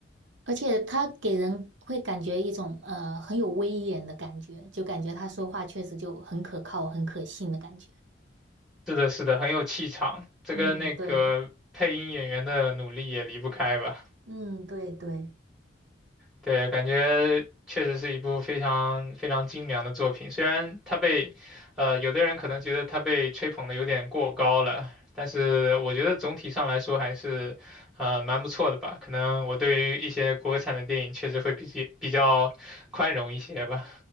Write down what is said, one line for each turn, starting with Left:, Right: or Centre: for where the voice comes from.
Right: 而且他给人会感觉一种呃很有威严的感觉，就感觉他说话确实就很可靠、很可信的感觉。
Centre: 是的，是的，很有气场，这跟那个配音演员的努力也离不开吧。
Right: 嗯，对，嗯，对对，
Centre: 对，感觉确实是一部非常非常精良的作品。虽然它被，呃，有的人可能觉得它被吹捧的有点过高了，但是我觉得总体上来说还是，呃，蛮不错的吧。可能我对于一些国产的电影确实会比较比较宽容一些吧。